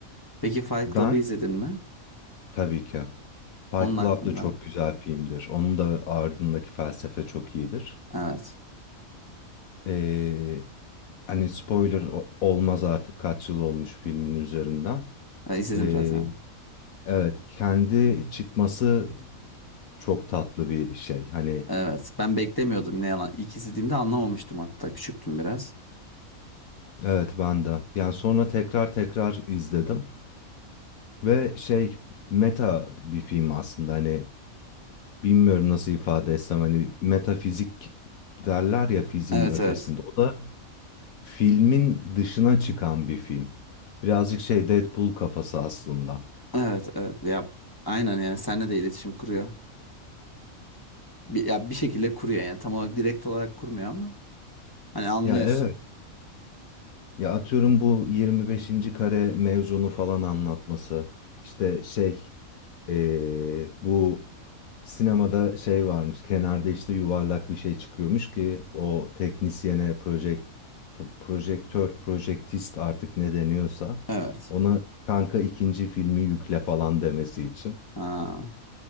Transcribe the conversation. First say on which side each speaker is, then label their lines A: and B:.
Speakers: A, on the left (about 15°); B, on the left (about 80°).
A: Peki Fight
B: ben
A: Club'ı izledin mi?
B: tabii ki Fight
A: Onun hakkında.
B: Club da çok güzel filmdir. Onun da ardındaki felsefe çok iyidir.
A: Evet.
B: Ee, hani spoiler o- olmaz artık kaç yıl olmuş filmin üzerinden.
A: Ben izledim
B: Ee,
A: zaten.
B: evet kendi çıkması çok tatlı bir şey. Hani
A: Evet. Ben beklemiyordum ne yalan. İlk izlediğimde anlamamıştım hatta. Küçüktüm biraz.
B: evet ben de. Yani sonra tekrar tekrar izledim. Ve şey meta bir film aslında hani bilmiyorum nasıl ifade etsem hani metafizik derler ya fiziğin
A: Evet
B: ötesinde.
A: evet.
B: O da filmin dışına çıkan bir film. Birazcık şey Deadpool kafası aslında.
A: Evet evet. Ya aynen yani seninle de iletişim kuruyor. Bir, ya bir şekilde kuruyor yani tam olarak direkt olarak kurmuyor ama. Hani anlıyorsun.
B: Ya evet. Ya atıyorum bu 25. kare mevzunu falan anlatması. İşte şey eee, bu sinemada şey varmış. Kenarda işte yuvarlak bir şey çıkıyormuş ki o teknisyene projek, pro- projektör, projektist artık ne deniyorsa
A: Evet.
B: ona kanka ikinci filmi yükle falan demesi için.
A: Ha.